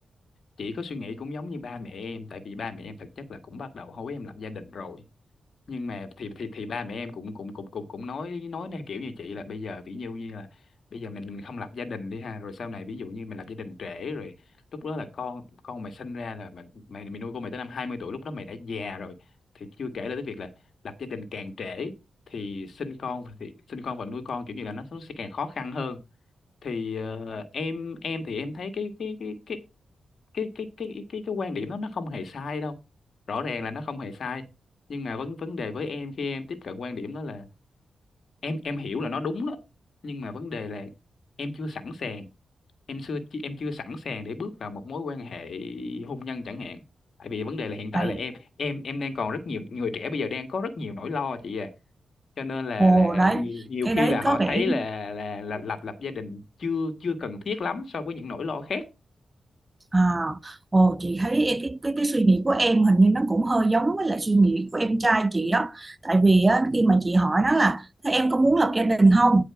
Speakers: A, on the left (about 65°); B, on the right (about 25°).
A: chị có suy nghĩ cũng giống như ba mẹ em tại vì ba mẹ em thực chất là cũng bắt đầu hối em lập gia đình rồi nhưng mà thì thì thì ba mẹ em cũng cũng cũng cũng cũng nói nói theo kiểu như chị là bây giờ ví dụ như là bây giờ mình mình không lập gia đình đi ha rồi sau này ví dụ như mình lập gia đình trễ rồi lúc đó là con con mày sinh ra là mày mày, mày nuôi con mày tới năm 20 tuổi lúc đó mày đã già rồi thì chưa kể là tới việc là lập gia đình càng trễ thì sinh con thì sinh con và nuôi con kiểu như là nó, nó sẽ càng khó khăn hơn thì ờ, em em thì em thấy cái cái cái cái cái cái cái cái cái quan điểm đó nó không hề sai đâu rõ ràng là nó không hề sai nhưng mà vấn vấn đề với em khi em tiếp cận quan điểm đó là em em hiểu là nó đúng đó nhưng mà vấn đề là em chưa sẵn sàng em chưa em chưa sẵn sàng để bước vào một mối quan hệ hôn nhân chẳng hạn tại vì vấn đề là hiện tại
B: vậy
A: là em em em đang còn rất nhiều người trẻ bây giờ đang có rất nhiều nỗi lo chị à cho nên là
B: ồ
A: là
B: đấy
A: nhiều, nhiều
B: cái
A: khi
B: đấy
A: là họ
B: có vẻ
A: thấy là là là lập lập gia đình chưa chưa cần thiết lắm so với những nỗi lo khác
B: À, ồ chị thấy em- cái cái cái suy nghĩ của em hình như nó cũng hơi giống với lại suy nghĩ của em trai chị đó. Tại vì á, khi mà chị hỏi nó là thế em có muốn lập gia đình không?